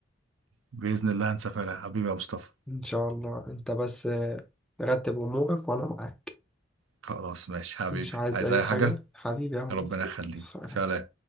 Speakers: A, on the right; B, in the centre.
A: باذن الله هنسافرها حبيبي يا مصطفى
B: ان شاء الله انت بس رتب امورك وانا معاك
A: خلاص ماشي حبيبي
B: مش عايز
A: عايز
B: أي
A: اي
B: حاجة
A: حاجة
B: حبيبي يا عم
A: ربنا يخليك
B: سلام
A: سلام